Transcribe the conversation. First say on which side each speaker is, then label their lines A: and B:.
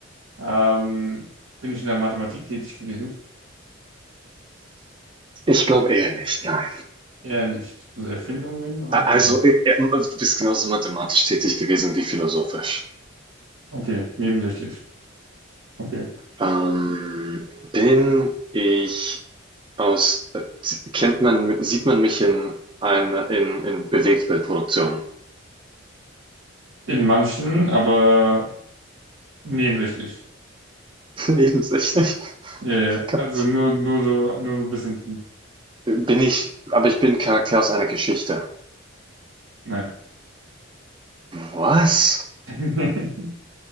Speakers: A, on the right; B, on the right.
A: Ähm, bin ich in der Mathematik tätig gewesen?
B: Ich glaube eher nicht, nein.
A: Eher nicht. Also Erfindungen auch,
B: Also,
A: okay.
B: äh, äh, du bist genauso mathematisch tätig gewesen wie philosophisch.
A: Okay, nebensächlich. Okay.
B: Ähm, bin ich aus, äh, kennt man, sieht man mich in, eine, in, in Bewegtbildproduktionen?
A: In manchen, aber nebensächlich.
B: Nebensächlich?
A: Ja, ja.
B: <laughs> Gott.
A: Also nur, nur so, nur so ein bisschen drin.
B: Bin ich, aber ich bin Charakter aus einer Geschichte.
A: Nein.
B: Was?
A: <laughs>